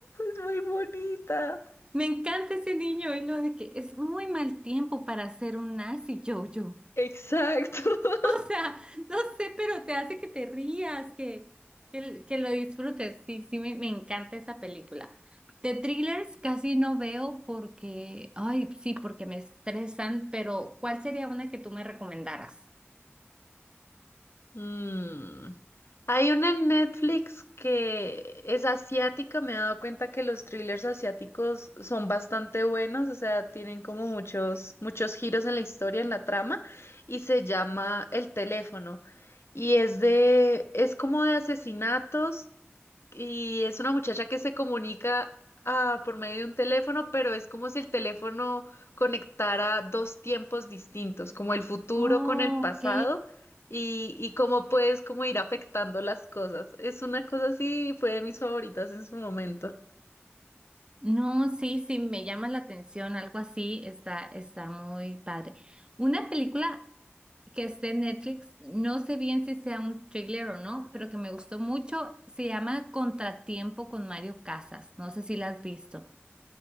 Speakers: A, on the left; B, on the right.
A: es muy bonita.
B: Me encanta ese niño y lo de que es muy mal tiempo para ser un nazi, Jojo.
A: Exacto. <laughs>
B: <laughs> O sea, no sé, pero te hace que te rías, que, que, que lo disfrutes. Sí, sí, me, me encanta esa película. De thrillers casi no veo porque, ay, sí, porque me estresan, pero ¿cuál sería una que tú me recomendaras?
A: Mm. Hay una en Netflix que es asiática. Me he dado cuenta que los thrillers asiáticos son bastante buenos, o sea, tienen como muchos, muchos giros en la historia, en la trama, y se llama El teléfono. Y es de, es como de asesinatos y es una muchacha que se comunica ah, por medio de un teléfono, pero es como si el teléfono conectara dos tiempos distintos, como el futuro
B: Oh,
A: con el pasado
B: ok.
A: y, y cómo puedes como ir afectando las cosas. Es una cosa así, fue de mis favoritas en su momento.
B: No, sí, sí, me llama la atención, algo así, está, está muy padre. Una película que esté en Netflix, no sé bien si sea un thriller o no, pero que me gustó mucho, se llama Contratiempo con Mario Casas, no sé si la has visto.